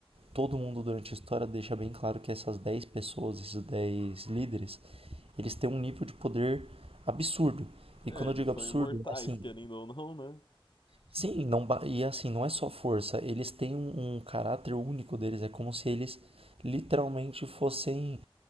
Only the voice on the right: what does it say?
todo mundo durante a história deixa bem claro que essas 10 pessoas, esses 10 líderes, eles têm um nível de poder absurdo.
E quando
eu digo
absurdo,
é assim,
sim, não, ba- e assim, não é só força, eles têm um, um caráter único deles, é como se eles literalmente fossem